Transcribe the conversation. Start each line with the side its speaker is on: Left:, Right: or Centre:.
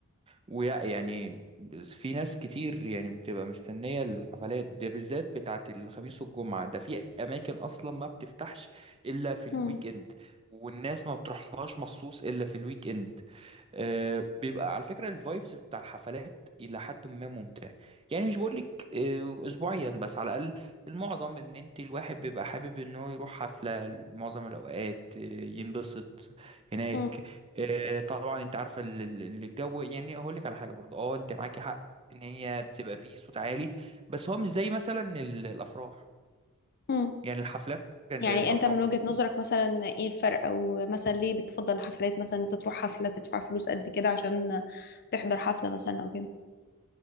Right: ويا يعني في ناس كتير يعني بتبقى مستنية الحفلات دي بالذات بتاعة الخميس والجمعة ده في أماكن أصلا ما بتفتحش إلا في الويك
Left: مم.
Right: إند والناس ما بتروحلهاش مخصوص إلا في الويك إند آه، بيبقى على فكرة الفايبس بتاع الحفلات إلى حد ما ممتع يعني مش بقولك آه، أسبوعيا بس على الأقل المعظم إن أنت الواحد بيبقى حابب إن هو يروح حفلة معظم الأوقات آه، ينبسط هناك
Left: مم.
Right: آه، طبعا أنت عارفة ال- ال- ال- الجو يعني هقولك على حاجة برضه أه أنت معاكي حق إن هي بتبقى فيه صوت عالي بس هو مش زي مثلا ال- الأفراح
Left: مم.
Right: يعني الحفلات كان
Left: يعني
Right: زي الأفراح
Left: انت من وجهة نظرك مثلا ايه الفرق او مثلا ليه بتفضل الحفلات مثلا انت تروح حفلة تدفع فلوس قد كده عشان تحضر حفلة مثلا او كده